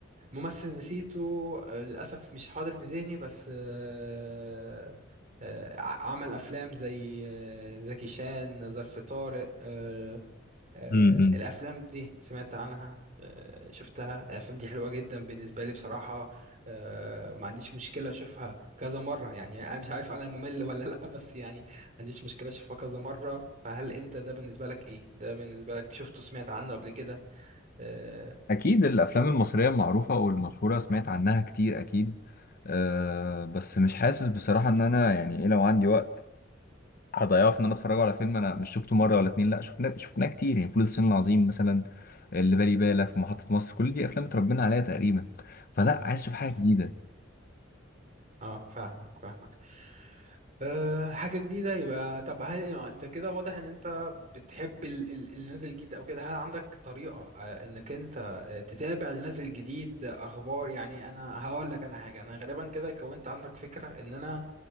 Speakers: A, on the right (about 40°); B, on the left (about 50°).
A: ممثل نسيته آه، للأسف مش حاضر في ذهني بس آه، آه، عمل أفلام زي آه، زكي شان ظرف طارق آه، آه،
B: فاهم
A: الأفلام دي سمعت عنها آه، شفتها الأفلام دي حلوة جدا بالنسبة لي بصراحة آه، وما عنديش مشكلة أشوفها كذا مرة يعني أنا مش عارف أنا ممل ولا لأ بس يعني ما عنديش مشكلة أشوفها كذا مرة فهل أنت ده بالنسبة لك إيه؟ ده بالنسبة لك شفته سمعت عنه قبل كده؟ آه،
B: أكيد الأفلام المصرية المعروفة والمشهورة سمعت عنها كتير أكيد أه بس مش حاسس بصراحة إن أنا يعني إيه لو عندي وقت هضيعه في إن أنا أتفرج على فيلم أنا مش شفته مرة ولا اتنين لأ شفناه شفناه كتير يعني فول الصين العظيم مثلا اللي بالي بالك في محطة مصر كل دي أفلام اتربينا عليها تقريبا فلأ عايز أشوف حاجة
A: بس-
B: جديدة
A: اه فاهمك فاهمك أه حاجة جديدة يبقى طب هل انت كده واضح ان انت بتحب ال- ال- اللي نازل جديد او كده هل عندك طريقة أه انك انت أه تتابع اللي نازل جديد آه، اخبار يعني انا هقول لك انا حاجة انا غالبا كده كونت عندك فكرة ان انا